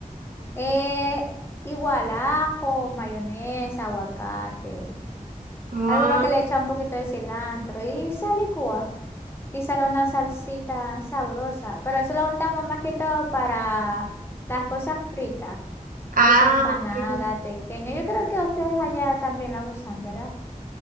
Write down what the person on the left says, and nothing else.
Eh, igual ajo, mayonesa, aguacate.
Algunos que le echan un poquito de cilantro y se licúa. Y sale una salsita sabrosa. Pero eso lo untamos más que todo para las cosas fritas.
Que sea empanada,
pequeña. Yo creo que ustedes allá también la usan, ¿verdad?